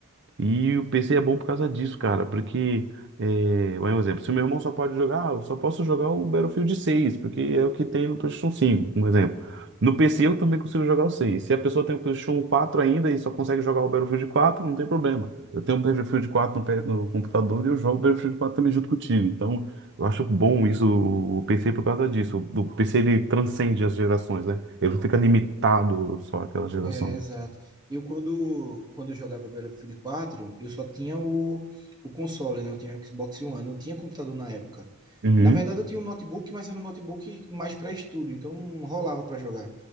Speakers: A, on the right (about 55°); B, on the right (about 20°).
A: E o PC é bom por causa disso, cara, porque, é, vai um exemplo, se o meu irmão só pode jogar, ah, eu só posso jogar o Battlefield 6, porque é o que tem no PlayStation 5, um exemplo. No PC eu também consigo jogar o 6. Se a pessoa tem o PlayStation quatro ainda e só consegue jogar o Battlefield 4, não tem problema. Eu tenho o Battlefield 4 no, pe- no computador e eu jogo o Battlefield 4 também junto contigo. Então, eu acho bom isso, o PC, por causa disso. O, o PC, ele transcende as gerações, né? Ele não fica limitado só àquela geração.
B: É, exato. Eu quando, quando eu jogava Battlefield quatro, eu só tinha o, o console, né? Eu tinha o Xbox One, eu não tinha computador na época.
A: Uhum.
B: Na verdade, eu tinha um notebook, mas era um notebook mais para estudo, então não rolava para jogar.